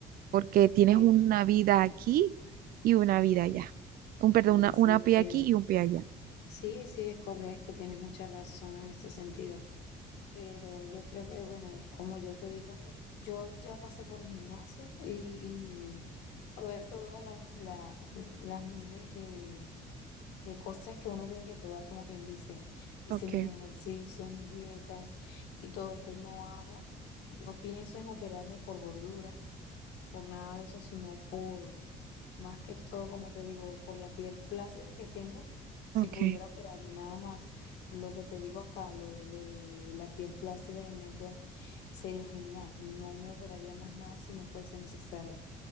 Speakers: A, on the right; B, on the left.
A: porque tienes
B: Sí,
A: una
B: sí,
A: vida aquí y una vida allá. Un, perdón,
B: sí,
A: una,
B: sí,
A: una pie
B: em,
A: aquí y un pie allá.
B: sí, sí, es correcto, tienes mucha razón en este sentido, pero yo creo que, bueno, como yo te digo, yo ya pasé por gimnasio y, y probé todas las, la- las miles de, de cosas que uno tiene que probar, como quien dice, hice
A: Ok,
B: mis ejercicios, mis dietas y todo esto. No hago, no pienso en operarme por gordura, por nada de eso, sino por, más que todo, como te digo, por la piel flácida que tengo, si
A: ok.
B: pudiera operarme nada más. Lo que te digo acá, lo, lo de la piel flácida en mi abdomen, sería genial. No me operaría más nada si no fuese necesario.